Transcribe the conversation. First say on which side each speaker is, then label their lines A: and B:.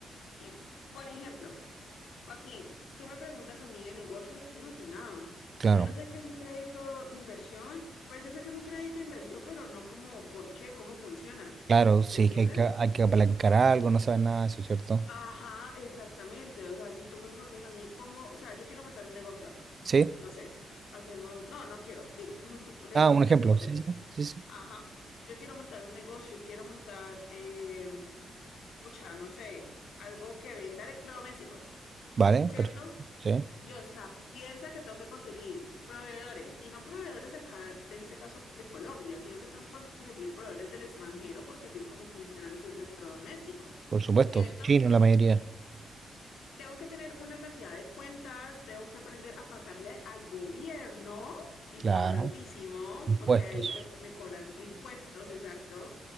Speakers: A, on the left; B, on the right.
A: y, por ejemplo, Joaquín, tú me preguntas a mí de negocios, yo no sé nada.
B: Claro,
A: Yo no sé qué es un crédito de inversión. Pues yo sé que es un crédito de inversión, pero no como por qué, cómo funciona.
B: claro, sí,
A: ¿Me entiendes?
B: que hay que, hay que apalancar algo, no saben nada de eso, ¿cierto?
A: Ajá, exactamente. O sea, si tú me preguntas a mí cómo, o sea, yo quiero montar un negocio,
B: Sí,
A: no sé, hacemos, no, no quiero, digo, <laughs> un,
B: ah,
A: un
B: un
A: caso
B: ejemplo,
A: hipotético.
B: sí, sí, sí, sí.
A: Ajá, yo quiero montar un negocio, quiero montar, eh, pucha, no sé, algo que venda electrodomésticos,
B: Vale,
A: ¿cierto?
B: perfecto, sí,
A: Dios, o sea, piensa que tengo que conseguir proveedores, y no proveedores de acá, en este caso de Colombia, sino que tengo que con- conseguir proveedores del extranjero porque así es como funcionan los electrodomésticos,
B: por supuesto,
A: ¿cierto?
B: chino la mayoría,
A: Tengo que tener una cantidad de cuentas, tengo que aprender a pagarle al gobierno, importantísimo,
B: claro, impuestos.
A: porque ahí eh, me cobran impuestos, exacto.